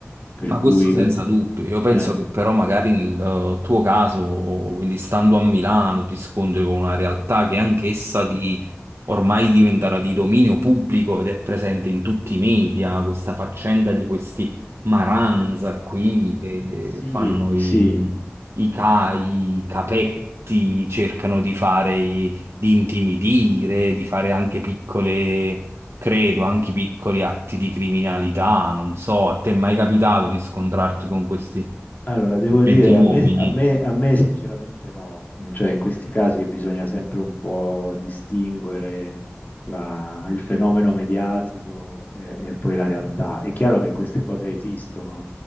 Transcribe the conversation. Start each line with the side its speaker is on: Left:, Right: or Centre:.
Left: Per
Right: Ma
Left: cui,
Right: questo senza
Left: per esempio,
Right: dubbio. Io penso
Left: eh,
Right: che però magari nel eh, tuo caso, quindi stando a Milano, ti scontri con una realtà che anch'essa di ormai diventerà di dominio pubblico ed è presente in tutti i media, questa faccenda di questi Maranza qui che
Left: sì,
Right: fanno i,
Left: sì,
Right: i CAI, i capetti, cercano di fare, i- di intimidire, di fare anche piccole credo, anche piccoli atti di criminalità, non so, a te è mai capitato di scontrarti con questi
Left: Allora, devo
Right: gentiluomini?
Left: dire, a me, a me- a me sinceramente no, Mm, cioè in questi casi bisogna sempre un po' distinguere tra il fenomeno mediatico e, e poi la realtà. È chiaro che queste cose esistono,